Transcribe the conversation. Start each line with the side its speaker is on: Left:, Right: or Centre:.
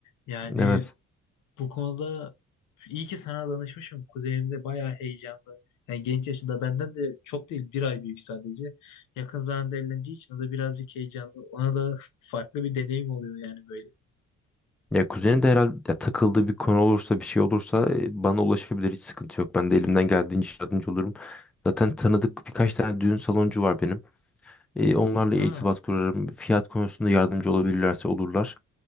Left: Yani
Centre: Evet.
Left: bu konuda iyi ki sana danışmışım. Kuzenim de bayağı heyecanlı. Yani genç yaşında benden de çok değil bir ay büyük sadece. Yakın zamanda evleneceği için o da birazcık heyecanlı. Ona da <laughs> farklı bir deneyim oluyor yani böyle.
Centre: Ya kuzeni de herhalde ya takıldığı bir konu olursa bir şey olursa e, bana ulaşabilir hiç sıkıntı yok. Ben de elimden geldiğince yardımcı olurum. Zaten tanıdık birkaç tane düğün saloncu var benim. E, onlarla irtibat
Left: Aa,
Centre: kurarım. Fiyat konusunda yardımcı olabilirlerse olurlar.